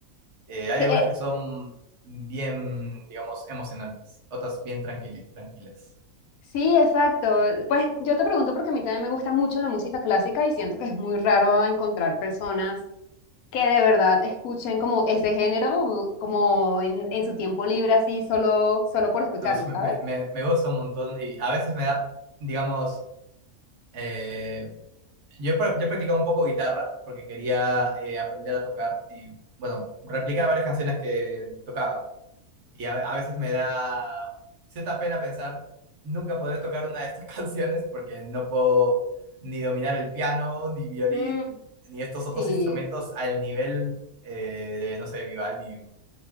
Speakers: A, on the right (about 60°); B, on the left (about 80°).
A: Eh, hay
B: que,
A: algunas
B: eh,
A: que son bien, digamos, emocionantes, otras bien tranquili- tranquilas.
B: sí, exacto. Pues yo te pregunto porque a mí también me gusta mucho la música clásica y siento que es muy raro encontrar personas que de verdad escuchen como ese género, como en, en su tiempo libre, así, solo, solo por escucharlo,
A: No, sí,
B: ¿sabes?
A: me, me- me gusta un montón y a veces me da, digamos, eh, yo, he pra- yo he practicado un poco guitarra porque quería eh, aprender a tocar y, bueno, replicar varias canciones que tocaba. Y a, a veces me da cierta pena pensar, nunca podré tocar una de estas <laughs> canciones porque no puedo ni dominar el piano, ni violín,
B: Ujú.
A: ni estos otros
B: Sí,
A: instrumentos al nivel eh, de, no sé, Vivaldi